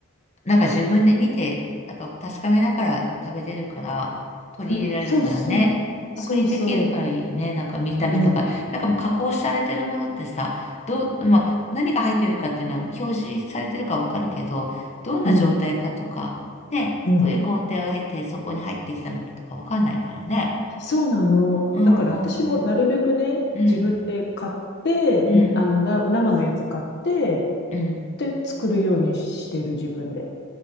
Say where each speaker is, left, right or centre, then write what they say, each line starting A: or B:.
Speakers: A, on the left (about 30°); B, on the left (about 55°).
A: なんか自分で見て、なんか確かめながら食べれるから、取り入れられるからね。
B: うん。そうそう。そうそ
A: 確認できるからいいよね。なんか見た目とか。
B: う。うん。
A: なんかもう加工されてるものってさ、どう、まあ、何が入ってるかっていうのは表示されてるかわかるけど、どんな状態かとか、
B: うん。
A: ね、
B: うん。
A: どういう工程を経てそこに入ってきたのかとかわかんないからね。
B: そうなの。
A: うんうんうん。
B: だから私もなるべくね、
A: うん。
B: 自分で買って、
A: うん。
B: あの、な、生のやつ買って、
A: うん。
B: で、作るようにしてる自分で。